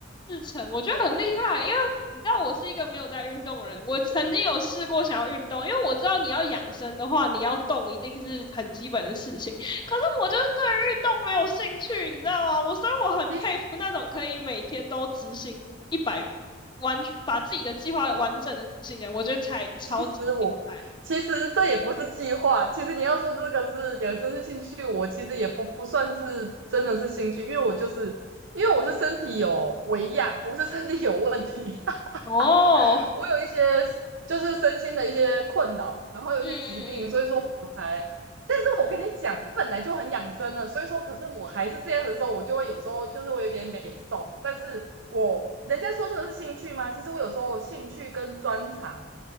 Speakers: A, on the left (about 25°); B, on the right (about 90°).
A: 制程，我觉得很厉害，因为你知道我是一个没有在运动的人，我曾经有试过想要运动，因为我知道你要养生的话，你要动一定是很基本的事情，可是我就是对于运动没有兴趣，你知道吗？我所以我很佩服那种可以每天都执行一百
B: <laughs> 其实
A: 完全把自己的计划完整的进来，我觉得才超级厉害。
B: 其实我其实这也不是计划，其实你要说这个是养生是兴趣，我其实也不不算是真的是兴趣，因为我就是因为我是身体有微恙，我是身体有问题，<laughs>
A: 哦，
B: 我有一些就是身心的一些困扰，然后有一些疾病，
A: 嗯嗯嗯，
B: 所以说我才。但是我跟你讲，我本来就很养生了，所以说，可是我还是这样的时候，我就会有时候就是会有点美瘦，但是我人家说这个是兴趣吗？其实我有时候兴趣跟专长